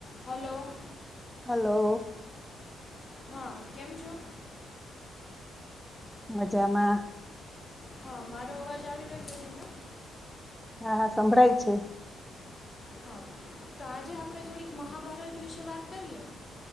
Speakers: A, on the left; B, in the centre.
A: હલો!
B: હલો!
A: હા કેમ છો?
B: મજામાં.
A: હા મારો અવાજ આવી રહ્યો છે ને?
B: હા હા સંભળાય છે.
A: હા તો આજે આપણે થોડીક મહાભારત વિશે વાત કરીએ?